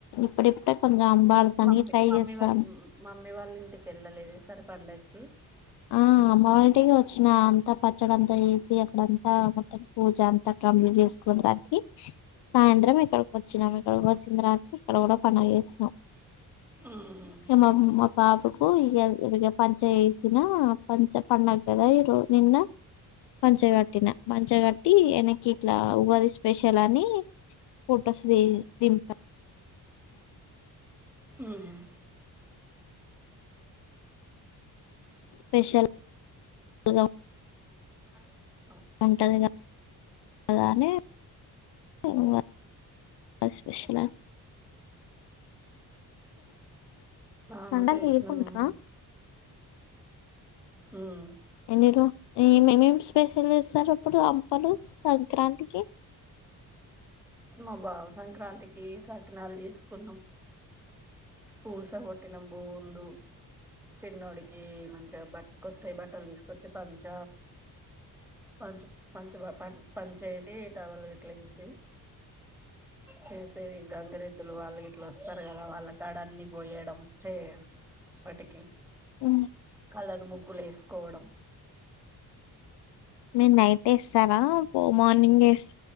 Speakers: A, on the left (about 80°); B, in the centre.
A: ఇప్పుడిప్పుడే కొంచెం అంబాడతానికి
B: మమ్మీ
A: ట్రై
B: మమ్మీ
A: చేస్తాను
B: వాళ్ళ మమ్మీ వాళ్ళ ఇంటికి వెళ్ళలేదు ఇ సర్ పండక్కి
A: ఆ అమ్మ వాళంటికి వచ్చినా అంత పచ్చడంత ఎసి అక్కడంతా మొత్తం పూజ అంతా కంప్లీట్ చేసుకుని వర్కీ సాయంత్రం ఇక్కడొక్ వచ్చినాం ఇక్కడ వచ్చిన తర్వాత ఇక్కడ కూడ పనుల్ చేసిన
B: మ్మ్
A: ఎమ మా పాపుకు కు ఇ ఇవ పంచ ఎస్ దునా పంచ పండగ్ గద ఇరో నిన్న పంచగట్టిన పన్చగట్టి వెనకి ఇట్ల ఉగాది స్పెషల్ అని ఫోటోస్ ది దింప
B: ఉమ్మ్
A: స్పెషల్ గా
B: అ
A: ఉంటది క అదని ఇంగ స్పెషల్
B: ఆ
A: పండగ
B: చేసినాం
A: చేసుకుంటారా
B: మేము మ్మ్
A: ఎన్నీ రో ఈ మేమేం స్పెషల్ ఇస్తారు అప్పుడు అం పలు సంక్రాంతికి
B: మా బావ సంక్రాంతికి సకినాలు చేసుకున్నాం పూస కొట్టిన బొందు చిన్నోడికి మంచిగా బట్ట కొత్త బట్టలు తీసుకొచ్చి పంచ పంచ పంచ పంచ వేసి ఈటవలు ఇట్లా వేసి చేసేవి గంగరెద్దులు వాళ్ళు ఇట్లా వస్తారు కదా వాళ్ళ కాడ అన్ని పోయడం చేయ వాటికి
A: ఉ
B: కలర్ ముగ్గులు ఎసుకోవడం
A: మీరు నైట్ ఎస్తారా పో మార్నింగ్ వేస్